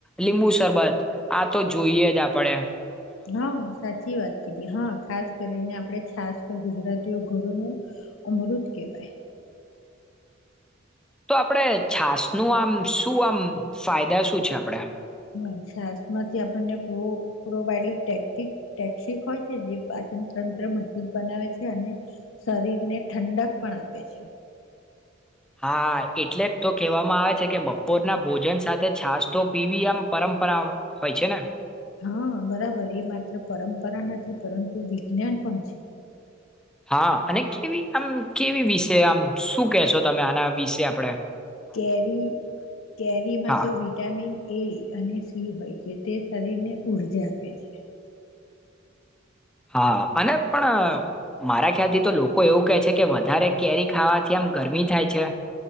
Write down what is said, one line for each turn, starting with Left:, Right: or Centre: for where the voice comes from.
Centre: લીંબુ શરબત આ તો જોઈએ જ આપણે
Left: હા હું સાચી વાત કીધી હા ખાસ કરીને આપણે છાસ્ ગુજરાતીઓ ઘરોનું અમૃત કહેવાય
Centre: તો આપણેે છાસ નું આમ શું આમ ફાયદા શું છે આપડા
Left: હ શસ્માંથી આપણને પ્ર પ્રોબાયડિકટે ટેક્સિક હોય છે જે પાચન તંત્ર મજબૂત બનાવે છે અને શરીરને ઠંડક પણ આપે છે
Centre: હા એટલે જ તો કેહેવામાં આવે છે કે બપોરના ભોજન સાથે છાસ તો પીવી આમ પરંપરા હોય છે ને
Left: હા બરાબર એ માત્ર પરંપરા નથી પરંતુ વિજ્ઞાન પણ છે
Centre: હા અને કેવી આમ કેવી વિશે આમ શું કેહેશો તમે આના વિશે આપણેે
Left: કેરી કેરીમાં
Centre: હા
Left: તો વિટામિન એ અને સી હોય છે તે શરીર ને ઉઊર્જા આપે છે.
Centre: હા અને પણ મારા ખ્યાલથી તો લોકો એવું કહે છે કે વધારે કેરી ખાવાથી આમ ગરમી થાય છે?